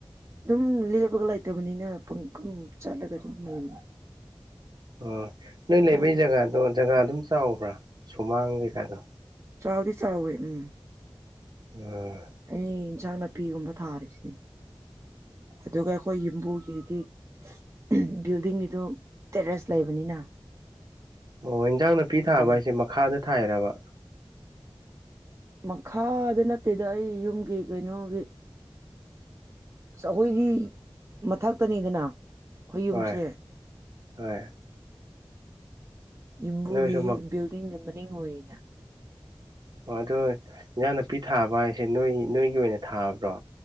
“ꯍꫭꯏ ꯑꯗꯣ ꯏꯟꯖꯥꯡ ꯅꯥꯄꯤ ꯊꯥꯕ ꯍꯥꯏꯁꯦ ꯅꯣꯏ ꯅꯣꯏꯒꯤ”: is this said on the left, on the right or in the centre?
Right